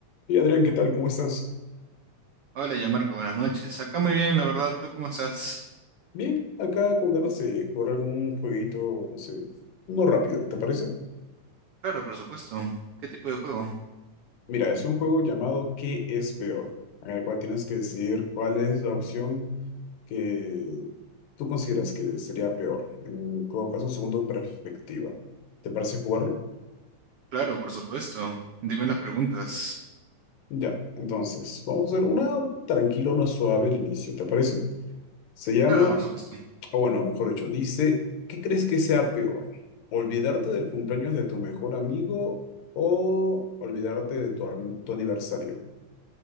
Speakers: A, on the left; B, on the right.
A: Hey Adrián, ¿qué tal? ¿Cómo estás?
B: Hola, ya Marco, buenas noches. Acá muy bien, la verdad. ¿Tú cómo estás?
A: Bien, acá con ganas de jugar algún jueguito, no sé, uno rápido, ¿te parece?
B: Claro, por supuesto. ¿Qué tipo de juego?
A: Mira, es un juego llamado ¿Qué es peor? En el cual tienes que decidir cuál es la opción que tú consideras que sería peor, en todo caso, según tu perspectiva. ¿Te parece jugarlo?
B: Claro, por supuesto. Dime las preguntas.
A: Ya, entonces, vamos a hacer una tranquila, una suave al inicio, ¿te parece? Se llama
B: Claro, por supuesto.
A: O bueno, mejor dicho, dice, ¿qué crees que sea peor? ¿Olvidarte del cumpleaños de tu mejor amigo o olvidarte de tu, ar- tu aniversario?